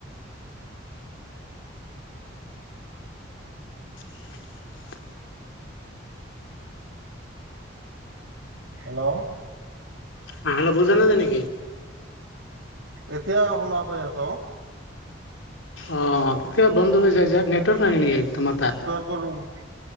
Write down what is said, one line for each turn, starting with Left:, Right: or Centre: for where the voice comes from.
Left: <inaudible>
Right: হেল্ল'।
Left: অ' হেল্ল' বুজা নাযায় নেকি?
Right: এতিয়া শুনা পাই আছোঁ।
Left: অ' কেতিয়াবা বন্ধ হৈ যায় যে নেটৱৰ্ক নাই নেকি তোমাৰ তাত?
Right: <unintelligible>